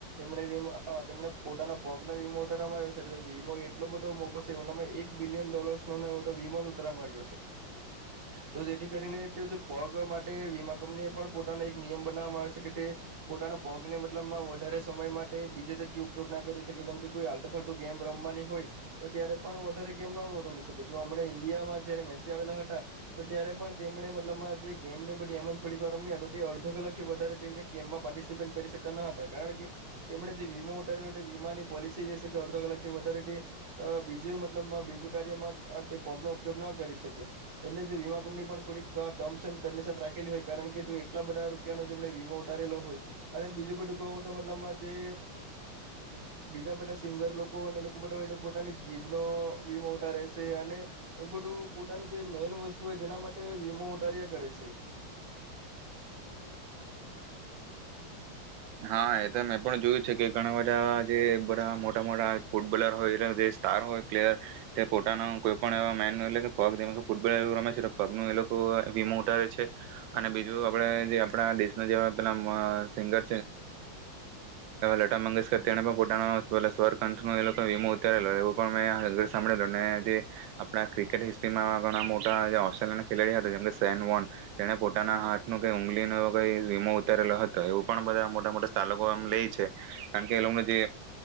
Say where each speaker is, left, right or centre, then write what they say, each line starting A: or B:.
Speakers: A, on the right; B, on the right.
A: ને પોતાના પગ વીમો ઉતારવામાં આવ્યો છે વીમો એટલો બધો મોકો છે મતલબ એક બિલિયન ડોલસ વીમો ઉતારવામાં આવ્યો છે તો જેથી કરીને તે પગ માટે વીમા કંપની પણ પોતાનો એક નિયમ બનાવવામાં આવ્યો છે કે તે પોતાના પગને મતલબમાં વધારે સમય માટે બીજી જગ્યા ઉપયોગ ના કરી શકે જેમ કે કોઈ આલટુ ફલટુ ગેમ રમવાની હોય તો ત્યારે પણ વધારે ગેમ ન રમી શકે જો હમણા ઈન્ડિયામાં જારે મેસી આવેલા હતા તો ત્યારે પણ તેમણે મતલબ આ જે ગેમની બધી એમન થોડીક વાર રમ્યા તો તે અડધો કલાક થી વધારે ટીમે ગેમમાં પાર્ટિસિપેટ કરી શકતા ન હતા કારણ કે તેમ જેીો ઉ વીમાની પોલિસી અડધો કલાક થી વધારે બીજ મતલબમાં બીજું કાર્યમાં પોપ ન ઉપયોગ ના કરી શકે એટલે વીમા કંપની પણ થોડી ટર્મ્ કશન રાખેલી હોય કારણ કે જો એટલા બધા રૂપિયા જેમ વીમો ઉતારેલો હોય અને બીજું બધું કહ ટમાં જે બીજા બધા સિંગર લોકો અને લોકો બધા હોય પોતાની જીભનો વીમો ઉતારે છે અને એ બધું પોતાની જે મેન વસ્તુ હોય તેના માટે વીમો ઉતાર્યા કરે છે
B: હા એ તો મેં પણ જોયું છે કે ઘણા બધા જે બધા મોટા મોટા ફૂટબોલર હોય એટ જે સ્ટાર હોય પ્લેયર તે પોતાના કોઈ પણ એવા મેન એટલે કે પગ જે ફૂટબોલ એ રમે છે પગનુંું એ લોકો વિીમો ઉઠાવે છે અને બીજું આપડ જે આપણા દેશના જેવા પેલા સિંગર લતા મંગેશકર તેણે પણ પોતાનો સ્વર કંથનો વીમો ઉતારેલો એવ પણ મેં સાભળેલ જે આપણા ક્રિકેટ હિસ્ટ્રીમાં ઘણા મોટા ઓસ્ટ્રેલિયા ના ખેલાડી હતા જેમકે સેન વોન તેણે પોતાના હાથ ન કઈ ઉઊગલીનો કઈ વીમો ઉતારેલો હતો એવ પણ બધા મોટા મોટા આ સ્ટાર લોકો એમ લેય કારણ કે એ લોકો જે